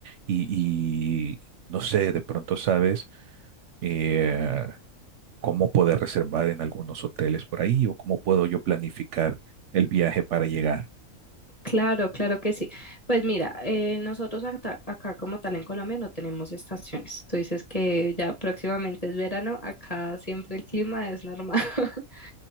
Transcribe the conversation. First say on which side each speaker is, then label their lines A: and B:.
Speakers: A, on the right; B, on the left.
A: y, y, no sé, de pronto sabes eh, cómo poder reservar en algunos hoteles por ahí o cómo puedo yo planificar el viaje para llegar.
B: claro, claro que sí. Pues mira, eh, nosotros acá, acá como tal en Colombia no tenemos estaciones. Tú dices que ya próximamente es verano, acá siempre el clima es normal. <laughs>